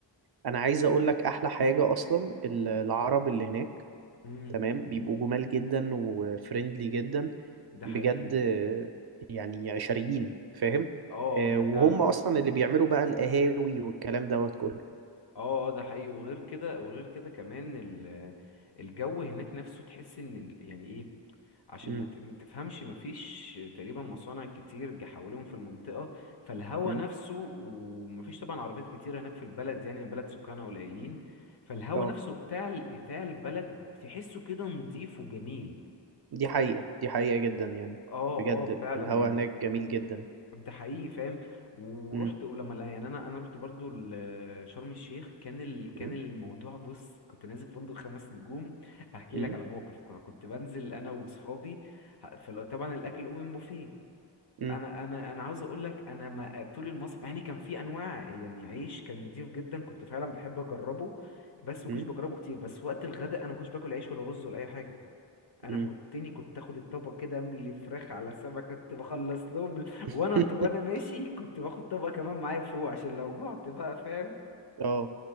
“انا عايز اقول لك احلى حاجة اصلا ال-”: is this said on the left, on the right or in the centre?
Right